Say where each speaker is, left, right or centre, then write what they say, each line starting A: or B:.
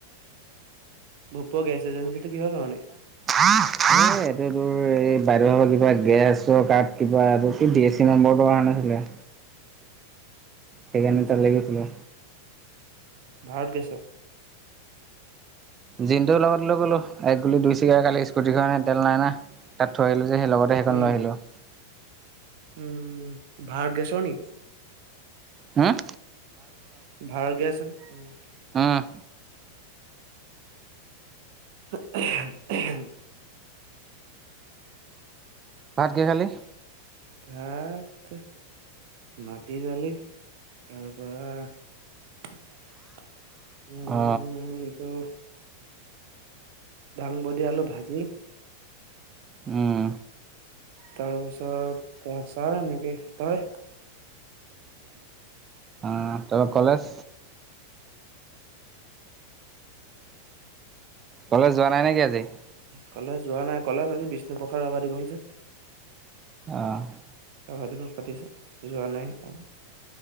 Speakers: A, on the right; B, on the right.
A: <inaudible> এজেঞ্চিটো
B: এইটো
A: কিহৰ কাৰণে
B: তোৰ এই বাহিৰৰ কিবা গেছৰ কাৰ্ড, কিবা আৰু বি এছ চি নম্বৰটো অহা নাছিলে। সেইকাৰণে
A: আচ্ছা
B: তালে গৈছিলোঁ।
A: ভাৰত গেছত।
B: জিনটো লগত লৈ গ'লো। এক গুলি, দুই ছিকাৰ কালি স্কুটি খনে তেল নাই না, তাত থৈ আহিলো। সেয়েহে লগতে সেইখন
A: উম
B: লৈ আহিলো।
A: উম', ভাৰত গেছৰ নি?
B: হম?
A: ভাৰত গেছ হে। উম।
B: অ'।
A: <unintelligible>
B: ভাত কি খালি?
A: ভাত মাটি-দালি, তাৰ পৰা উম',
B: অ
A: এইটো ডাঙবডী, আলু ভাজি।
B: উম।
A: তাৰপিছত আচাৰ এনেকেই। তই
B: অ' তাপা কলেজ? কলেজ যোৱা নাই নেকি, আজি?
A: কলেজ যোৱা নাই, কলেজ আজি বিষ্ণুপ্ৰসাদ ৰাভা দিৱস যে
B: অহ।
A: ৰাভা দিৱস পাতিছে, যোৱা নাই সেইকাৰণে।